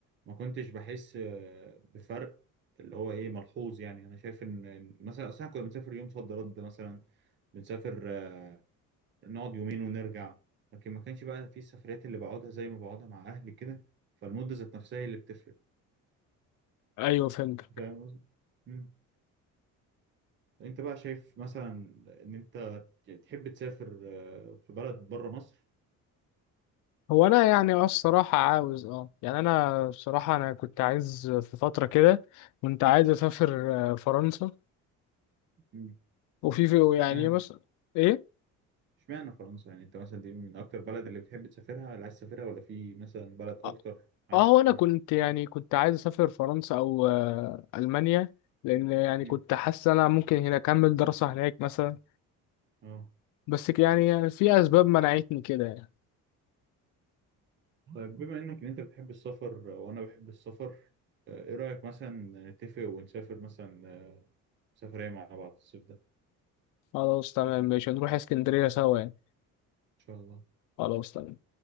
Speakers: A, on the right (about 40°); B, on the left (about 75°).
A: ما كنتش بحس آه، بفرق اللي هو ايه ملحوظ يعني انا شايف ان إن مثلا اصل احنا كنا بنسافر يوم صد رد مثلا بنسافر آه، نقعد يومين ونرجع لكن ما كانش بقى في السفريات اللي بقعدها زي ما بقعدها مع اهلي كده فالمدة ذات نفسها هي اللي بتفرق
B: ايوه فهمت
A: فاهم قصدي؟ مم. انت بقى شايف مثلا ان انت تحب تسافر آه، في بلد بره مصر
B: هو انا يعني اه الصراحه عاوز اه يعني انا بصراحه انا كنت عايز في فتره كده كنت عايز اسافر آه، فرنسا
A: مم.
B: وفي في يعني
A: اشمعنى
B: مثلا ايه
A: اشمعنى فرنسا يعني انت مثلا دي من اكتر بلد اللي بتحب تسافرها اللي عايز تسافرها ولا في مثلا بلد اكتر
B: اه
A: عايز
B: آه، هو
A: تسافرها
B: انا كنت يعني كنت عايز اسافر فرنسا او آه، المانيا لان يعني
A: امم
B: كنت حاسس انا ممكن هنا اكمل دراسه هناك مثلا
A: اه
B: بس ك- يعني في اسباب منعتني كده يعني
A: طيب بما انك ان انت بتحب السفر آه، وانا بحب السفر آه، ايه رأيك مثلا نتفق ونسافر مثلا آه، سفرية مع بعض الصيف ده ان
B: خلاص تمام ماشي نروح اسكندريه سوا يعني
A: شاء الله
B: خلاص تمام